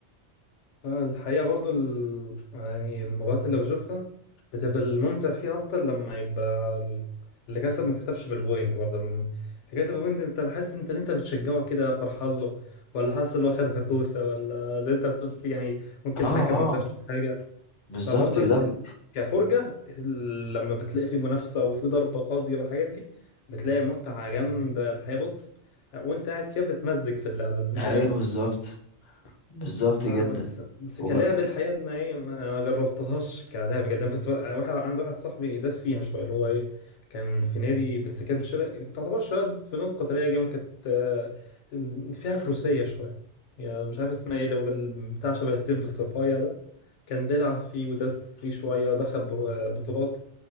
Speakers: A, on the left; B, on the left.
A: آه، الحقيقة برضو ال... يعني المباريات اللي بشوفها بتبقى الممتع فيها أكتر لما يبقى ال- اللي كسب ما كسبش بالبوينت برضه م- اللي كسب بالبوينت أنت حاسس أنت أنت بتشجعه كده فرحان له ولا حاسس إن هو خدها كوسة ولا زي أنت بتقول في يعني ممكن
B: اه
A: الحكم
B: اه
A: ما شافش حاجة
B: بالظبط
A: فبرضه
B: ده
A: ال-
B: ب...
A: كفرجة ال- لما بتلاقي في منافسة وفي ضربة قاضية والحاجات دي بتلاقي متعة جامدة الحقيقة بص وأنت قاعد كده بتتمزج في اللعبة اللي أنت
B: ايوه بالظبط بالظبط
A: فبس
B: جدا
A: بس
B: وبقى
A: كلعب الحقيقة إن إيه ما ما جربتهاش كلعب جدا بس واحد عند واحد صاحبي داس فيها شوية اللي هو إيه كان في نادي بس كان شر... تعتبر شوية فنون قتالية جامد كانت آه، فيها فروسية شوية يعني مش عارف اسمها إيه لو ال- بتاع شبه السيف الصفايع ده كان بيلعب فيه وداس فيه شوية ودخل بر- آه، بطولات